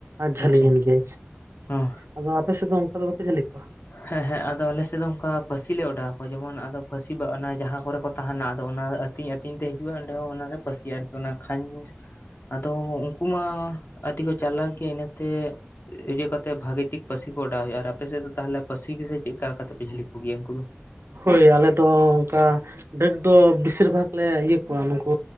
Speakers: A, on the right; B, on the left.
A: ᱟᱨ ᱡᱷᱟᱹᱞᱤᱭᱮᱱ
B: ᱟᱪᱪᱷᱟ
A: ᱜᱮ᱾
B: ᱦᱚᱸ
A: ᱟᱫᱚ ᱟᱯᱮᱥᱮᱫ ᱫᱚ ᱚᱱᱠᱟ ᱫᱚ ᱵᱟᱯᱮ ᱡᱷᱟᱹᱞᱤᱭᱮᱫ ᱠᱚᱣᱟ?
B: ᱦᱮᱸ ᱦᱮᱸ ᱟᱫᱚ ᱟᱞᱮᱥᱮᱫ ᱫᱚ ᱚᱱᱠᱟ ᱯᱟᱹᱥᱤ ᱞᱮ ᱚᱰᱟᱣ ᱟᱠᱚᱣᱟ ᱡᱮᱢᱚᱱ ᱟᱫᱚ ᱯᱟᱹᱥᱤ ᱵᱟ ᱚᱱᱟ ᱡᱟᱦᱟᱸ ᱠᱚᱨᱮ ᱠᱚ ᱛᱟᱦᱮᱱᱟ ᱟᱫᱚ ᱚᱱᱟᱨᱮ ᱟᱹᱛᱤᱧ ᱟᱹᱛᱤᱧ ᱛᱮ ᱦᱤᱡᱩᱜᱼᱟ ᱚᱸᱰᱮ ᱦᱚᱸ ᱚᱱᱟᱨᱮ ᱯᱟᱹᱥᱤᱜᱼᱟᱭ ᱟᱨᱠᱤ ᱚᱱᱟ ᱠᱷᱟᱧ ᱟᱫᱚ ᱠᱩᱢᱟ ᱟᱰᱤ ᱠᱚ ᱪᱟᱞᱟᱜ ᱜᱮᱭᱟ ᱤᱱᱟᱹᱛᱮ ᱤᱭᱟᱹ ᱠᱟᱛᱮ ᱵᱷᱟᱜᱤ ᱴᱷᱤᱠ ᱯᱟᱹᱥᱤ ᱠᱚ ᱚᱰᱟᱣ ᱦᱩᱭᱩᱜᱼᱟ ᱟᱨ ᱟᱯᱮ ᱥᱮᱫ ᱫᱚ? ᱛᱟᱦᱚᱞᱮ ᱯᱟᱹᱥᱤ ᱜᱮᱥᱮ ᱪᱮᱫ ᱞᱮᱠᱟ ᱠᱟᱛᱮᱯᱮ ᱡᱟᱹᱞᱤ ᱠᱚᱜᱮᱭᱟ ᱩᱱᱠᱩ ᱫᱚ᱾
A: ᱦᱳᱭ ᱟᱞᱮ ᱫᱚ ᱚᱱᱠᱟ ᱰᱟᱹᱠ ᱫᱚ ᱵᱮᱥᱤᱨ ᱵᱷᱟᱜᱽ ᱞᱮ ᱤᱭᱟᱹ ᱠᱚᱣᱟ ᱱᱩᱠᱩ